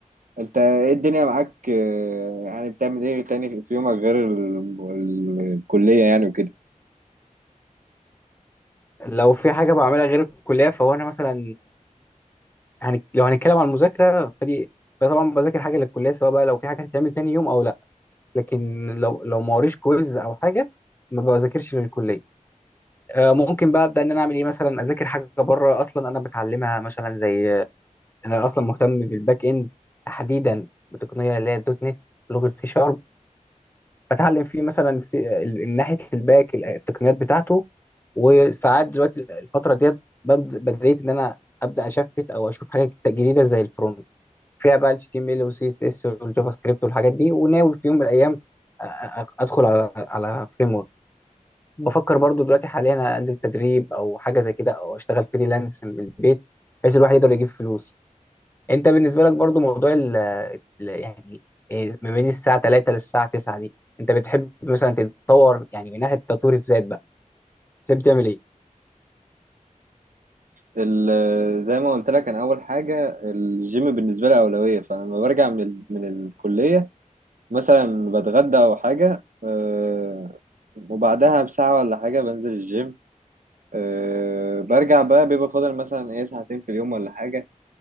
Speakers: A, on the right; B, on the left.
A: أنت إيه الدنيا معاك أه، يعني بتعمل إيه تاني في يومك غير ال- ال- الكلية يعني وكده
B: لو في حاجة بعملها غير الكلية فهو أنا مثلا هن... لو هنتكلم عن المذاكرة فدي فطبعا بذاكر حاجة للكلية سواء بقى لو في حاجة هتتعمل تاني يوم أو لأ لكن لو لو ما وريش كويز أو حاجة ما بذاكرش للكلية آه، ممكن بقى ابدا ان انا اعمل ايه مثلا اذاكر حاجه بره اصلا انا بتعلمها مثلا زي آه، انا اصلا مهتم بالباك اند تحديدا بتقنيه اللي هي الدوت نت لغه سي شارب بتعلم فيه مثلا سي- ال- ال- ناحيه الباك ال- التقنيات بتاعته وساعات دلوقتي الفتره ديت ببد- بديت ان انا ابدا اشفت او اشوف حاجات جديده زي الفرونت فيها بقى ال HTML وال CSS والجافا سكريبت والحاجات دي وناوي في يوم من الايام آه، آه، ادخل على على فريم بفكر برضو دلوقتي حاليا أنا انزل تدريب او حاجه زي كده او اشتغل فريلانس من البيت بحيث الواحد يقدر يجيب فلوس انت بالنسبه لك برضو موضوع ال ال- يعني إيه، ما بين الساعه 3 للساعه 9 دي انت بتحب مثلا تتطور يعني من ناحيه تطوير الذات بقى بتحب تعمل ايه
A: ال- زي ما قلت لك أنا أول حاجة الجيم بالنسبة لي أولوية فلما برجع من ال- من الكلية مثلا بتغدى او حاجه آه، وبعدها بساعه ولا حاجه بنزل الجيم آه، برجع بقى بيبقى فاضل مثلا ايه ساعتين في اليوم ولا حاجه